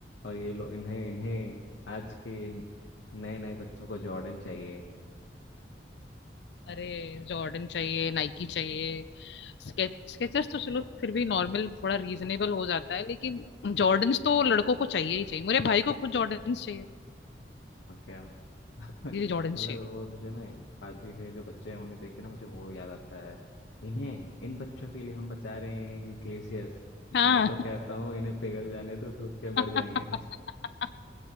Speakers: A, on the left (about 80°); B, on the left (about 70°).
A: और ये लोग इन्हें इन्हें आज के इन- नए नए बच्चों को जॉर्डन चाहिए
B: अरे जॉर्डन चाहिए नाइकी चाहिए स्केच स्केचर्स तो चलो फिर भी नॉर्मल थोड़ा रीजनेबल हो जाता है लेकिन जॉर्डन्स तो लड़कों को चाहिए ही चाहिए मेरे भाई को खुद जॉर्डन्स चाहिए
A: और क्या <laughs> मतलब
B: दीदी जॉर्डन्स चाहिए
A: वो मुझे ना आजकल के जो बच्चे हैं उन्हें देख के ना मुझे वो याद आता है इन्हें इन बच्चों के लिए हम बचा रहे हैं कि ग्लेशियर्स
B: हाँ
A: मैं तो कहता हूँ इन्हें पिघल जाने दो डूब के मर
B: <laughs>
A: जाएंगे <laughs>